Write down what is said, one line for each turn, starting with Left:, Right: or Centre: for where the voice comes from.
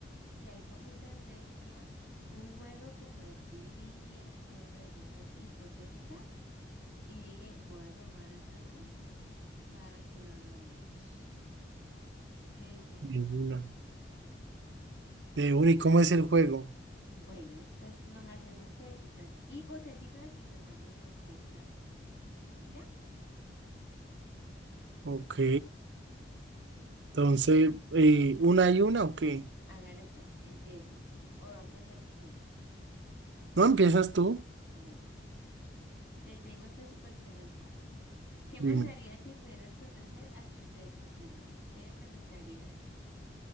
Left: que hay como en tendencia un juego como de trivia, como de preguntas hipotéticas y dije, voy a llamar a Jonah para que lo hagamos. ¿Qué dices?
Right: de una. De una, ¿y cómo es el juego?
Left: Bueno, pues nos hacemos preguntas hipotéticas y nos damos respuestas. ¿Y ya?
Right: Ok, entonces, eh, ¿una y una o qué?
Left: Hágale pues, empiezo. O va a empezar usted.
Right: ¿No empiezas tú?
Left: Bueno, te tengo esta super pregunta. ¿Qué
Right: Dime.
Left: pasaría si pudieras conocer a tu yo del futuro? ¿Qué le preguntarías?